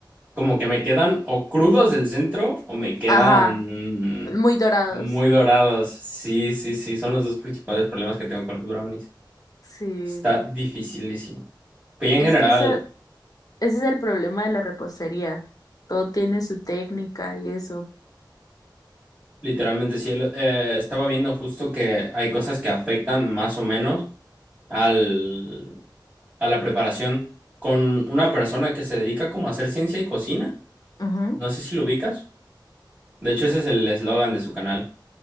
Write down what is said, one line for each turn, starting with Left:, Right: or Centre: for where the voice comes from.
Right: Como que me quedan o crudos del centro o me quedan
Left: Ajá, muy dorados.
Right: muy dorados. Sí, sí, sí, son los dos principales problemas que tengo con los brownies.
Left: Sí.
Right: Está dificilísimo. Pero ya
Left: Es
Right: en general,
Left: que esa... Ese es el problema de la repostería. Todo tiene su técnica y eso.
Right: literalmente sí, el- eh, estaba viendo justo que hay cosas que afectan más o menos al, a la preparación con una persona que se dedica como a hacer ciencia y cocina.
Left: Ujú.
Right: No sé si lo ubicas. De hecho, ese es el eslogan de su canal.